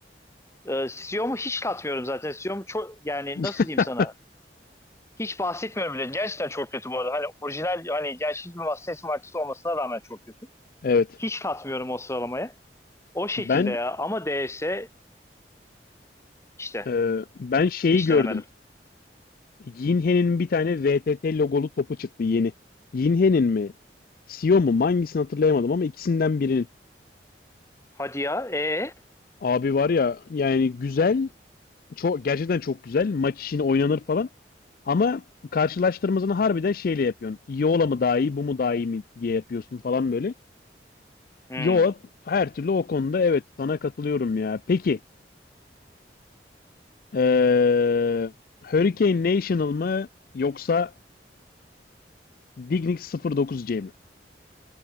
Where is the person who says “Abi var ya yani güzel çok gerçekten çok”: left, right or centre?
Left